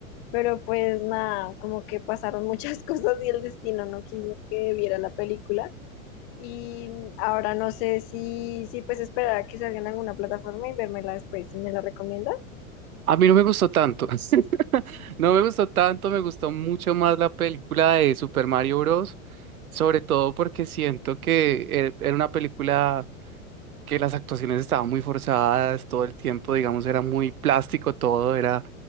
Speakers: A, on the left; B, on the right.
A: pero pues nada, como que pasaron muchas <laughs> cosas y el destino no quiso que viera la película. Y ahora no sé si, si pues esperar a que salga en alguna plataforma y vérmela después. si ¿Me la recomiendas?
B: A mí no me gustó tanto, <laughs> no me gustó tanto, me gustó mucho más la película de Super Mario Bros., sobre todo porque siento que er- era una película que las actuaciones estaban muy forzadas todo el tiempo, digamos, era muy plástico todo, era